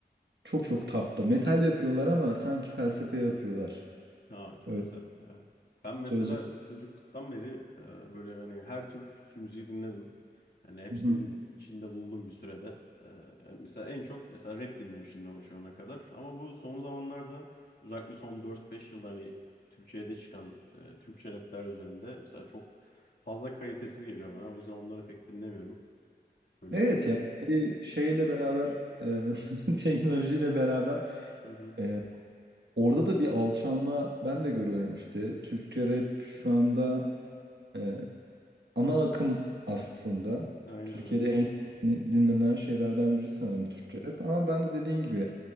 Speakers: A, on the right; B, on the left.
A: çok çok tapta. Metal yapıyorlar ama sanki felsefe yapıyorlar.
B: Ya çok
A: Evet.
B: güzel ya. Ben mesela
A: Sözler.
B: çocukluktan beri e, böyle hani her tür müziği dinledim. Hani hepsinin
A: Hı hı.
B: içinde bulundum bir sürede. E, yani mesela en çok mesela rap dinlemişimdir ama şu ana kadar. Ama bu son zamanlarda özellikle son dört beş yılda hani Türkiye'de çıkan e, Türkçe rapler üzerinde mesela çok fazla kalitesiz geliyor bana. O yüzden onları pek dinlemiyorum. Böyle
A: Evet ya bir şeyle beraber e, <laughs> teknolojiyle beraber
B: Hı hı.
A: e, orada da bir alçalma ben de görüyorum işte. Türkçe rap şu anda e, ana akım aslında
B: aynen
A: Türkiye'de
B: öyle.
A: en çok dinlenen şeylerden biri sanırım Türkçe rap. Ama ben de dediğin gibi